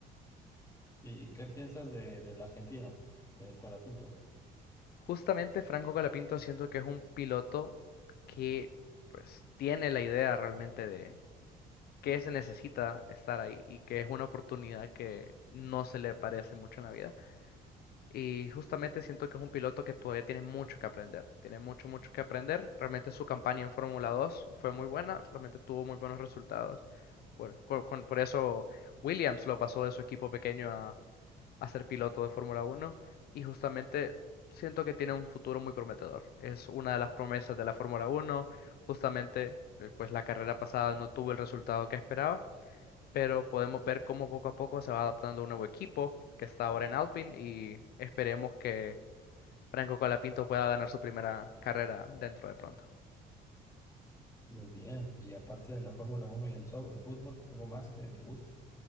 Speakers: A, on the left (about 15°); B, on the left (about 65°).
A: ¿Y qué piensas de, del argentino, del Colapinto?
B: Justamente Franco Colapinto siento que es un piloto que pues tiene la idea realmente de qué se necesita estar ahí y que es una oportunidad que no se le parece mucho en la vida. Y justamente siento que es un piloto que todavía tiene mucho que aprender, tiene mucho, mucho que aprender. Realmente su campaña en Fórmula 2 fue muy buena, realmente tuvo muy buenos resultados. Por, con- con- por eso Williams lo pasó de su equipo pequeño a ser piloto de Fórmula Uno y justamente siento que tiene un futuro muy prometedor. Es una de las promesas de la Fórmula Uno Justamente, eh, pues la carrera pasada no tuvo el resultado que esperaba, pero podemos ver cómo poco a poco se va adaptando un nuevo equipo que está ahora en Alpine y esperemos que Franco Colapinto pueda ganar su primera carrera dentro de pronto.
A: Muy bien, y aparte de la Fórmula uno y el so- el fútbol, algo más que te guste.